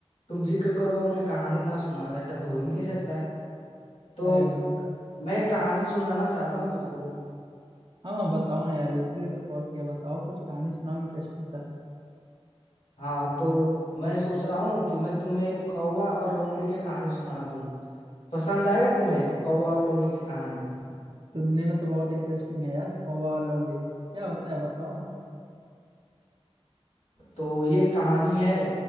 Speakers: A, on the left; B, on the right.
A: तुम जिक्र करो और मैं कहानी ना सुनाऊँ ऐसा तो हो ही नहीं सकता है तो
B: अरे भाई यार भाई
A: मैं एक कहानी सुनाना चाहता हूँ तुमको
B: हाँ हाँ बताओ ना यार इसलिए तो कॉल किया बताओ कुछ कहानी सुनाओ इंटरेस्टिंग सा
A: हाँ तो मैं सोच रहा हूँ कि मैं तुम्हें एक कौवा और लोमड़ी की कहानी सुना दूँ पसंद आएगा तुम्हें कौवा और लोमड़ी की कहानी
B: सुनने में तो बहुत इंटरेस्टिंग है यार कौवा और लोमड़ी क्या होता है बताओ ना
A: तो ये कहानी है